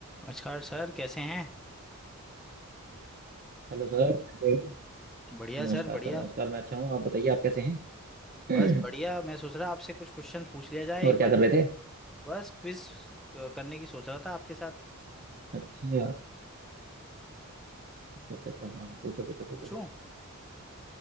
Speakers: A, in the centre; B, on the right.
A: नमस्कार सर कैसे हैं
B: Hello sir कैसे हो
A: बढ़िया
B: नमस्कार
A: सर बढ़िया
B: सर नमस्कार मैं अच्छा हूँ आप बताइए आप कैसे हैं
A: बस बढ़िया
B: <clears throat>
A: मैं सोच रहा आपसे कुछ क्वेश्चंस पूछ लिया जाए
B: और
A: एक
B: क्या
A: बार
B: कर रहे थे
A: बस क्विज करने की सोच रहा था आपके साथ
B: अच्छा अच्छा अच्छा अच्छा हाँ पूछो पूछो पूछो
A: पूछूं
B: सर